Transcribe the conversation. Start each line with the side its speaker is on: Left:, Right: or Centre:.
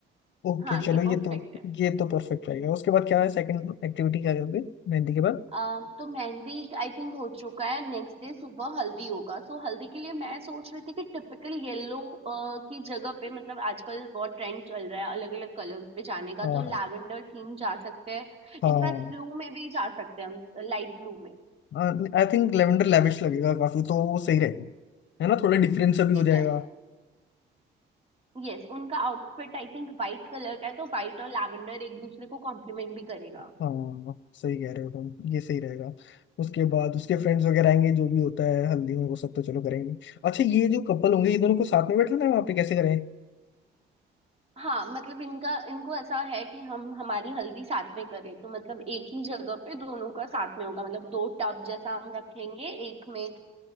Left: ओके
Right: हाँ
Left: चलो
Right: ये
Left: ये
Right: परफेक्ट
Left: तो
Right: है
Left: ये तो परफेक्ट रहेगा उसके बाद क्या है सेकंड एक्टिविटी क्या करोगे मेहंदी के बाद
Right: अम, तो मेहंदी आई थिंक हो चुका है नेक्स्ट डे सुबह हल्दी होगा सो हल्दी के लिए मैं सोच रही थी कि टिपिकल येलो की जगह पे मतलब आजकल बहुत ट्रेंड चल रहा है अलग अलग कलर्स पे जाने का
Left: हाँ
Right: तो लैवेंडर थीम जा सकते हैं
Left: हाँ
Right: इनफैक्ट ब्लू में भी जा सकते हैं हम लाइट ब्लू में
Left: हाँ आई थिंक लेवेंडर लेविश लगेगा काफी तो वो सही रहेगा है ना थोड़ा डिफरेंस सा भी
Right: ठीक
Left: हो जाएगा
Right: है यस उनका outfit I think white colour का है तो वाइट और लैवेंडर एक दूसरे को कॉम्प्लीमेंट भी करेगा
Left: हाँ सही कह रहे हो तुम ये सही रहेगा उसके बाद उसके फ्रेंड्स वगैरह आएंगे जो भी होता है हल्दी में वो सब तो चलो करेंगे अच्छा ये जो कपल होंगे ये दोनों को साथ में बैठना है वहाँ पे कैसे करें
Right: हाँ मतलब इनका इनको ऐसा है कि हम हमारी हल्दी साथ में करें तो मतलब एक ही जगह पे दोनों का साथ में होगा मतलब दो टब जैसा हम रखेंगे एक में